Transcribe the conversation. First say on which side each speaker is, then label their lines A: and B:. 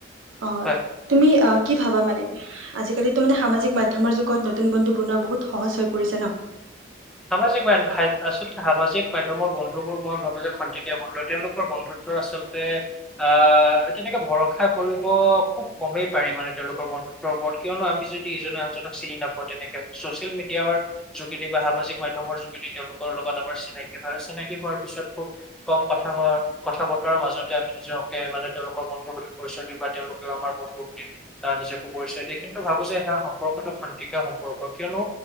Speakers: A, on the right; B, in the centre.
A: অ
B: হয়।
A: তুমি কি ভাবা মানে আজিকালিতো মানে সামাজিক মাধ্যমৰ যুগত নতুন বন্ধু বনোৱা বহুত সহজ হৈ পৰিছে ন।
B: সামাজিক মাধ্য আচলতে সামাজিক মাধ্যমৰ বন্ধুবোৰ মই ভাবোঁ যে খটেকীয়া বন্ধু তেওঁলোকৰ বন্ধুত। আচলতে আহ তেনেকে ভৰসা কৰিব খুব কমেই পাৰি মানে তেওঁলোকৰ মন- ৰ ওপৰত কিয়নো আমি যদি ইজনে আনজনক চিনি নাপাওঁ তেনেকে চচিয়েল মিডিয়াৰ যোগেদি বা সামাজিক। মাধ্যমৰ যোগেদি তেওঁলোকৰ লগত আমাৰ চিনাকি হয় আৰু চিনাকি হোৱাৰ পিছত খুব কম কথা মাজতে আমি নিজকে মানে তেওঁলোকৰ বন্ধুৰ প্ৰতি পৰিচয় দিওঁ বা তেওঁলোকও আমাৰ বন্ধুৰ প্ৰতি আহ নিজে কৰিছে দিয়ে কিন্তু ভাবোঁ যে সেয়া সম্পৰ্কটো খন্তেকীয়া সম্পৰ্ক কিয়নো